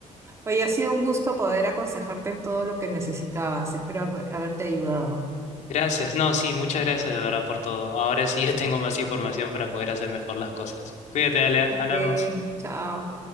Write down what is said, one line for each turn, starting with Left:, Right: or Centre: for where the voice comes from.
Right: Oye, ha sido un gusto poder aconsejarte en todo lo que necesitabas. Espero haber- haberte ayudado.
Left: Gracias, no, sí, muchas gracias de verdad por todo. Ahora sí ya tengo más información para poder hacer mejor las cosas. Cuídate, Alea,
Right: Ok,
Left: hablamos.
Right: Chao.